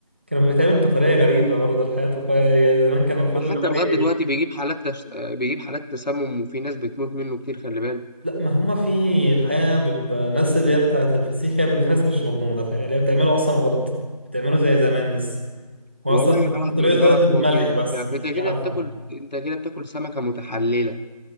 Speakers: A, on the right; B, on the left.
A: كانوا بيتعمل بطريقة غريبة برضه الحياة الواقعية زمان كان المفروض
B: وحتى
A: اللي هو
B: لغاية
A: إيه؟
B: دلوقتي بيجيب حالات تس... آه، بيجيب حالات تسمم وفي ناس بتموت منه كتير خلي بالك
A: لا ما هما في الحقيقة بيبقى ناس اللي هي بتاعة الفسيخ هي بيبقى في ناس مش مضمونة الحقيقة اللي هي بتعمله أصلا غلط بتعمله زي زمان لسه هو
B: والله
A: أصلا
B: غلط
A: طريقته
B: مش غلط
A: دلوقتي بملح
B: هو كده أنت
A: بس مش
B: أنت كده
A: بيعفن
B: بتاكل أنت كده بتاكل سمكة متحللة